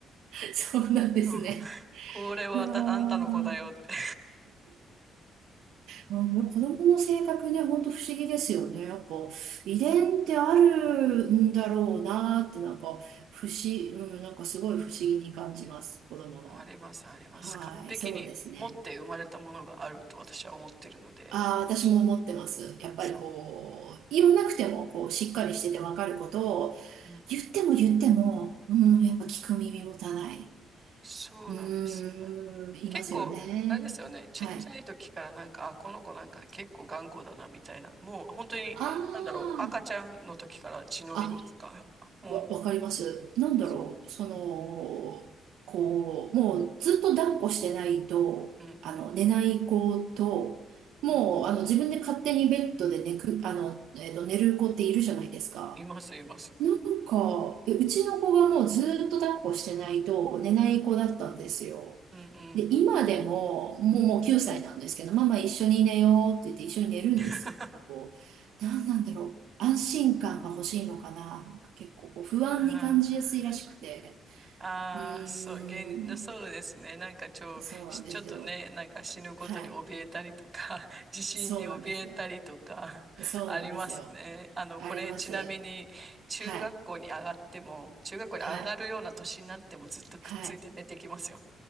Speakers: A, on the right; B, on the right.
A: そうなんですね。
B: <laughs> これはあた、
A: いやー、
B: あんたの子だよって。
A: あでも子供の性格ね、ほんと不思議ですよね。やっぱ遺伝ってあるんだろうなって、
B: うん
A: なんか不思、うん、なんかすごい不思議に感じます。子供の。
B: あります、あります。
A: はい、
B: 完璧に持って生まれたものがあると私は思ってるので。
A: そうですね。ああ、私も思ってます。やっぱりこう、
B: そう。
A: 言わなくても、こう、しっかりしててわかることを、
B: うん、
A: 言っても言っても、うん、
B: うん。
A: やっぱ聞く耳持たない。
B: そうなんですよね。
A: うーん、いますよね。
B: 結構、あれですよね。ちっちゃい時からなんか、
A: はい。
B: あ、この子なんか結構頑固だな、みたいな。もう本当に、
A: ああ。
B: なんだろう、赤ちゃんの時から血のみごつが、
A: あ
B: もう、
A: わ、わかります。なんだろう、
B: そう、
A: その、こう、もうずっと抱っこしてないと、
B: うん、
A: あの、
B: うん、
A: 寝ない子と、もう、
B: うん、
A: あの、自分で勝手にベッドで寝く、あの、えっと、寝る子っているじゃないですか。
B: います、います。
A: なんか、えうちの子がもうずっと抱っこしてないと寝ない子だったんですよ。
B: うん、うん、うん。
A: で、今でも、もう、もう9歳なんですけど、ママ一緒に寝ようって言って一緒に寝るんですよ。
B: <laughs>
A: なんかこう、なんなんだろう。安心感が欲しいのかな。なんか結構こう不安に感じやすいらしくて。
B: はあああ、
A: うーん、
B: そう、現、そうですね。なんかちょ、
A: そうなんですよ。
B: しちょっとね、なんか死ぬことに怯えたりとか、
A: はい。
B: <laughs> 地震に怯えたりとか
A: そうなんですよ。
B: <laughs>、
A: そうなんですよ。
B: ありますね。あの、
A: あります。
B: これちなみに、中学校に上がっても、
A: はい。
B: 中学校に上がるような年になってもずっとくっついて寝てきますよ。
A: はい。はい。